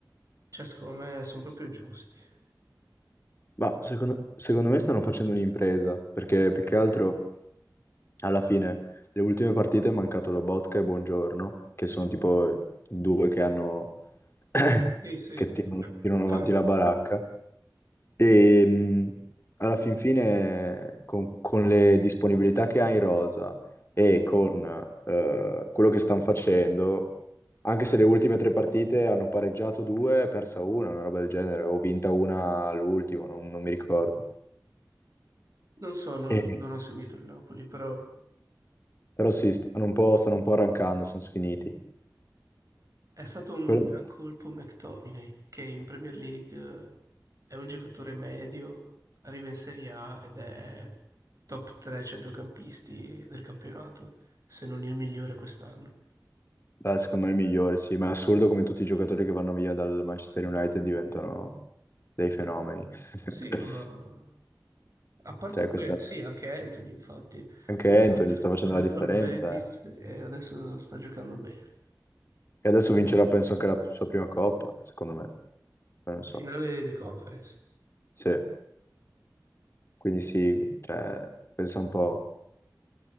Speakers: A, on the right; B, on the left.
A: cioè, secondo me sono proprio giusti.
B: Ma secondo, secondo me stanno facendo un'impresa, perché più che altro alla fine le ultime partite è mancato Lobotka e Buongiorno, che sono tipo due che hanno <clears throat>
A: Sì, sì.
B: che tirano, tirano
A: <clears throat>
B: avanti la baracca. E mh, alla fin fine, con, con le disponibilità che ha in rosa e con eh, quello che stanno facendo, anche se le ultime tre partite hanno pareggiato due, e persa una, una roba del genere, o vinta una all'ultimo, non, non mi ricordo.
A: Non so, non,
B: E-
A: non ho seguito il Napoli, però.
B: però sì, stanno un po', stanno un po' arrancando, sono sfiniti.
A: È stato un
B: Quello
A: gran colpo McTominay, che in Premier League eh, è un giocatore medio, arriva in Serie A ed è top 3 centrocampisti del campionato, se non il migliore quest'anno.
B: eh, secondo me è il migliore, sì, ma è assurdo come tutti i giocatori che vanno via dal Manchester United diventano dei fenomeni.
A: Sì,
B: <laughs>
A: ma a parte
B: Cioè,
A: quello,
B: questa
A: sì, anche Anthony, infatti, è
B: Anche Anthony sta facendo
A: andato
B: la differenza,
A: al Betis
B: eh.
A: e adesso sta giocando bene.
B: E adesso vincerà, penso, anche la sua prima coppa, secondo me. Poi non so.
A: Finale di conference.
B: Sì. Quindi sì, cioè, pensa un po'.